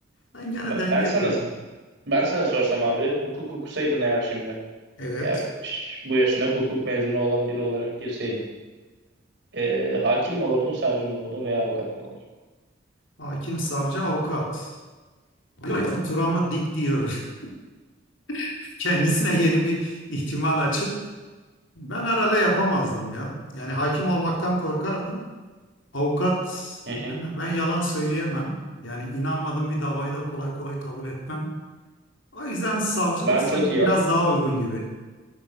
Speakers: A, on the left; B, on the right.
A: Ben gene
B: Ben,
A: denge
B: ben sana
A: diyorum.
B: ben sana sorsam abi hukuk okusaydın eğer şimdi.
A: Evet.
B: Yani ş- bu yaşına hukuk mezunu olan biri olarak girseydin. E, hakim mi olurdun, savcı mı olurdun veya avukat mı olurdun?
A: Hakim, savcı, avukat. Diyor ya, Bu Turam'ı dik diyor. <laughs> Kendisine yeni bir ihtimal açıp ben herhalde yapamazdım ya. Yani hakim olmaktan korkardım. Avukat
B: Hı
A: ben,
B: hı.
A: ben yalan söyleyemem. Yani inanmadığım bir davayı da kolay kolay kabul etmem. O yüzden savcılık
B: Ben
A: sanki
B: çok iyi
A: biraz daha uygun gibi.